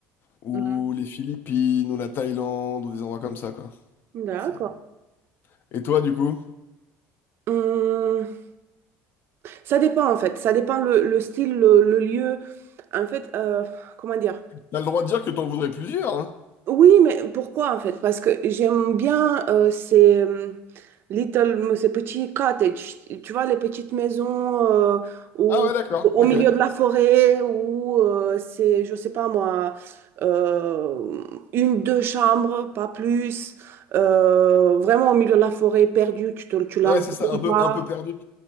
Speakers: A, on the left; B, on the right.
A: ou
B: Mhm.
A: les Philippines ou la Thaïlande ou des endroits comme ça quoi.
B: D'accord.
A: C'est- Et toi du coup,
B: Hum, ça dépend en fait, ça dépend le, le style, le, le lieu. En fait, euh, comment dire?
A: t'as le droit de dire que t'en voudrais plusieurs, hein?
B: Oui, mais pourquoi en fait? Parce que j'aime bien euh, ces euh, little, ces petits cottages, tu vois, les petites maisons euh, où-
A: Ah ouais d'accord,
B: au
A: ok.
B: milieu de la forêt où euh, c'est, je sais pas moi, euh, une, deux chambres, pas plus, euh, vraiment au milieu de la forêt, perdue, tu, te- tu la
A: Ouais
B: vois
A: c'est ça,
B: même
A: un peu
B: pas.
A: un peu perdu.